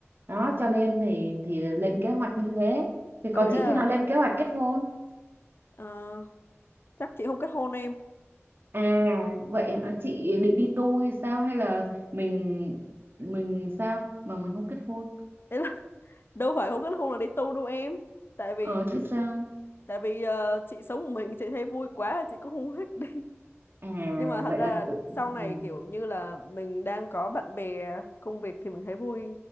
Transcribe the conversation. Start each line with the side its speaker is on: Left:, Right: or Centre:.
Right: đó
Left: Ừ.
Right: cho nên thì thì lên kế hoạch như thế thì còn
Left: có nghĩa
Right: chị
Left: là
Right: khi nào lên kế hoạch kết hôn
Left: ờ, chắc chị không kết hôn em
Right: à vậy hả? chị định đi tu hay sao hay là mình mình sao mà mình không kết hôn
Left: Ý là <laughs> đâu phải không kết hôn là đi tu đâu em tại vì
Right: Ờ chứ sao?
Left: tại vì ờ, chị sống một mình chị thấy vui quá chị cũng không thích đi <laughs>
Right: À
Left: nhưng mà thật
Right: vậy
Left: ra
Right: là tự
Left: sau này
Right: ừ.
Left: kiểu như là mình đang có bạn bè công việc thì mình thấy vui